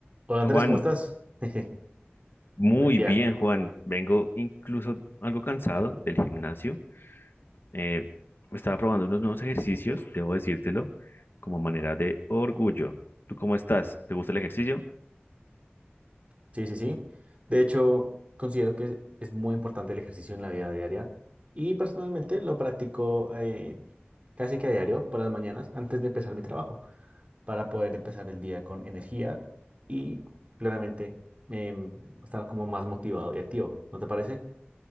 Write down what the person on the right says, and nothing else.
Hola Andrés,
¿cómo estás? <laughs>
Buen día.
Sí, sí, sí. De hecho, considero que es muy importante el ejercicio en la vida diaria y personalmente lo practico eh, casi que a diario por las mañanas antes de empezar mi trabajo para poder empezar el día con energía y claramente em, estar como más motivado y activo. ¿No te parece?